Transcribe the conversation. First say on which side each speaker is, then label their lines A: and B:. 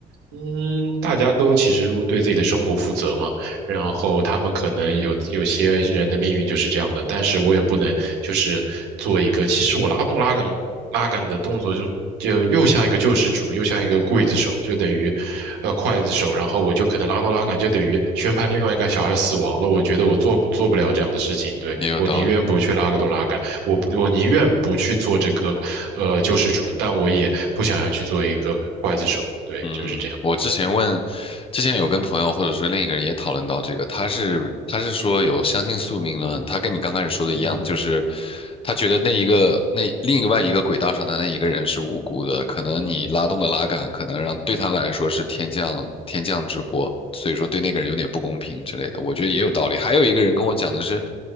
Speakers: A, on the right; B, on the left.
A: 嗯，大家都其实对自己的生活负责嘛，然后他们可能有有些人的命运就是这样的，但是我也不能就是做一个，其实我拉动拉杆拉杆的动作就。就又像一个救世主，又像一个刽子手，就等于，呃，刽子手。然后我就可能拉动拉杆，就等于宣判另外一个小孩死亡了。我觉得我做做不了这样的事情，
B: 嗯，
A: 对，
B: 也有道理。
A: 我宁愿不去拉个动拉杆。我不我宁愿不去做这个呃救世主，但我也不想要去做一个刽子手。对，
B: 嗯，
A: 就是这样。
B: 我之前问，之前有跟朋友或者说另一个人也讨论到这个，他是他是说有相信宿命论，他跟你刚开始说的一样，
A: 嗯
B: 就是他觉得那一个那另一外一个轨道上的那一个人是无辜的，可能你拉动的拉杆可能让对他来说是天降天降之祸，所以说对那个人有点不公平之类的，我觉得也有道理。还有一个人跟我讲的是，